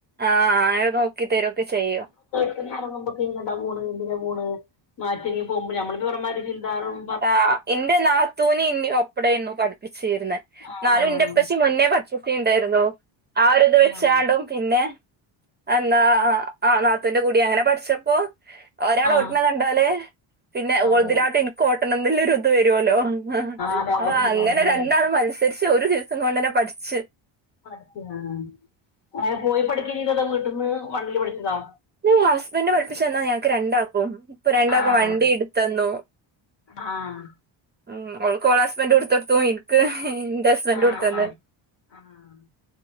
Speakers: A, on the right; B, on the left.
A: ആഹ് ഐ നോക്കി താരൊക്കെ ചെയ്യും.
B: ഒന്നടങ്ങുമ്പൊക്കെ എങ്ങട്ടാ പോണ് എന്തിനാ പോണ് മാറ്റിയൊര്ങ്ങി പോകുമ്പോ <unintelligible> ചുര്ദാറും.
A: ആഹ് ഇന്റെ നാത്തൂനി ഇന്നി ഒപ്പടെന്നു പഠിപ്പിച്ചിര്ന്ന്
B: ആഹ്
A: എന്നാലും ഇന്റെപ്പച്ചി മുന്നേ പ സ്കൂട്ടി ഇണ്ടായിരുന്നു ആ ഒരിത് വെച്ചാണ്ടും
B: ആഹ്
A: പിന്നെ എന്നാ ആ നാത്തുന്റെ കൂടി അങ്ങനെ പഠിച്ചപ്പോ. ഒരാൾത
B: ആഹ്
A: ഓട്ട്ണത് കണ്ടാല് പിന്നെ
B: അതെ
A: ഓൾതിനാട്ടി ഇൻക്ക് ഓട്ടണന്നുള്ള ഒരു ഇത് വരോല്ലോ. ആഹ്
B: അതെ അതെ
A: അപ്പൊ
B: ശരിയാണ്
A: അങ്ങനെ
B: ശരിയാണ്
A: രണ്ടാളും മത്സരിച്ച് ഒരു ദിവസം കോണ്ടന്നെ പഠിച്ച്.
B: പഠിച്ച് ആ എങ്ങനെ പോയി പഠിക്കെ ചെയ്തത് വീട്ടിന്ന് വണ്ടിലെ പഠിച്ചതാ?
A: ഊ ഹസ്ബന്റ് പഠിപ്പിച്ചുന്നാ ഞങ്ങക്ക് രണ്ടാക്കും ഇപ്പൊ രണ്ടാക്കും
B: ആഹ്
A: വണ്ടി ഇട്ത്തന്നു.
B: ആഹ്
A: ഉം ഓൾക്ക് ഓളെ ഹസ്ബന്റു ഇട്ത്തൊടുത്തു ഇൻക്ക് ഇന്റെ ഹസ്ബന്റു
B: ആഹ്
A: ഇട്ത്തന്നു.
B: ആഹ് ആഹ്